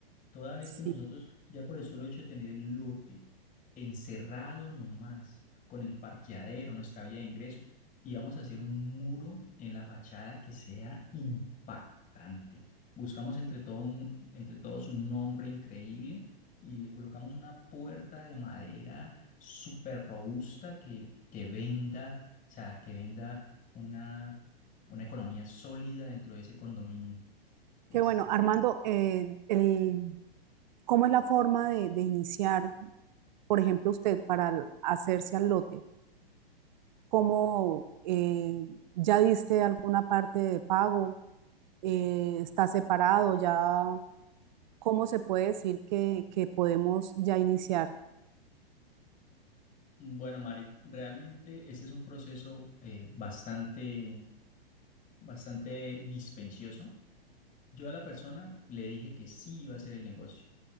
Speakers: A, on the left; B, on the right.
A: Toda vez
B: sí.
A: que nosotros, ya por el solo hecho de tener el lote encerrado nomás con el parqueadero, nuestra vía de ingreso, íbamos a hacer un muro en la fachada que sea impactante. Buscamos entre todo un- entre todos un nombre increíble y le colocamos una puerta de madera súper robusta que, que venda, o sea, que venda una, una economía sólida dentro de ese condominio. Es,
B: Qué bueno, Armando, eh, el, ¿cómo es la forma de, de iniciar, por ejemplo, usted para l- hacerse al lote? ¿Cómo eh, ya diste alguna parte de pago? Eh, ¿está separado ya? ¿Cómo se puede decir que, que podemos ya iniciar?
A: Bueno, Mari, realmente ese es un proceso eh, bastante, bastante dispendioso. Yo a la persona le dije que sí iba a hacer el negocio